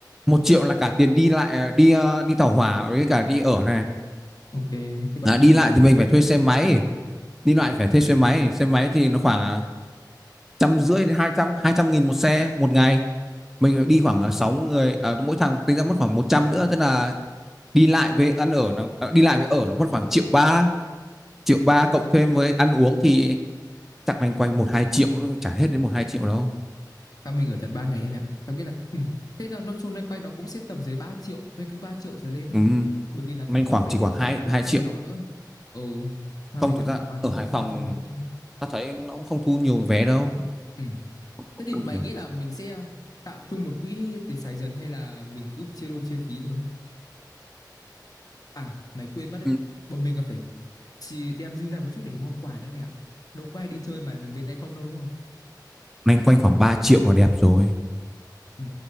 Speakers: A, in the centre; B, on the left.
A: một triệu là cả tiền đi lại ờ, đi ờ, đi tàu hỏa với cả đi ở này
B: ok thế còn
A: à,
B: ăn
A: đi
B: uống
A: lại thì
B: này
A: mình phải thuê xe máy đi lại
B: à, phải
A: phải
B: thuê
A: thuê xe
B: à
A: máy xe máy thì nó khoảng ờ, trăm rưỡi đến hai trăm hai trăm nghìn một xe một ngày mình đi khoảng ờ, sáu người à, mỗi thằng tính ra mất khoảng 100 nữa tức là đi lại với ăn ở nó à, đi lại với ở nó mất khoảng triệu ba triệu ba cộng thêm với ăn uống thì chắc loanh quanh một hai triệu chả hết đến một hai triệu đâu
B: tao mình ở tận ba ngày em ạ tao nghĩ là cũng ừ. thế là nó xung quanh quanh nó cũng sẽ tầm dưới ba triệu xoay quanh 3 triệu trở lên ha
A: ừ,
B: bởi vì là còn
A: loanh khoảng
B: các vé
A: chỉ
B: điểm
A: khoảng hai
B: tham quan
A: hai triệu
B: này nọ nữa Ừ, tha
A: không
B: vé tầm
A: thực ra
B: tham quan
A: ở
B: nữa,
A: Hải Phòng
B: nói chung là cũng có.
A: ta thấy nó cũng không thu nhiều vé đâu
B: Ừm.
A: không, không
B: Thế thì
A: thu
B: mày
A: nhiều
B: nghĩ là mình sẽ ờ, tạo chung một quỹ để xài dần hay là mình cứ chia đôi chia phí thôi? À, mày quên mất đấy.
A: ừ.
B: Bọn mình còn phải chi đem dư ra một chút để mua quà nữa mẹ ạ. Đâu có ai đi chơi mà về tay không đâu đúng không?
A: loanh quanh khoảng 3 triệu là đẹp rồi
B: Ừ,